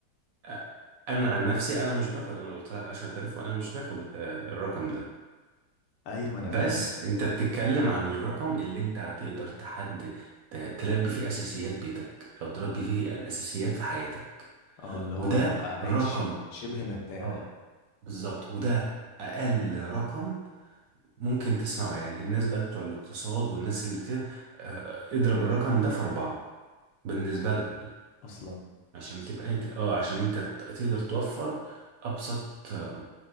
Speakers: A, on the right; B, on the left.
A: أ- أنا عن نفسي أنا مش باخد أنا قلت لك عشرة آلاف وأنا مش باخد آه، الرقم ده
B: ايوه
A: بس
B: ما انا فاهم
A: أنت
B: <laughs>
A: بتتكلم عن الرقم اللي أنت هتقدر تحد ت- تلبي فيه أساسيات بيتك أو تلبي فيه الأساسيات في حياتك
B: اه اللي هو
A: وده
B: تبقى عايش
A: رقم
B: شبه مرتاح
A: اه بالظبط وده أقل رقم ممكن تسمعه يعني الناس بقى بتوع الاقتصاد والناس اللي بت آه، اضرب الرقم ده في أربعة بالنسبة لهم يعني
B: اصلا
A: عشان تبقى انت اه عشان انت ت- تقدر توفر ابسط آه،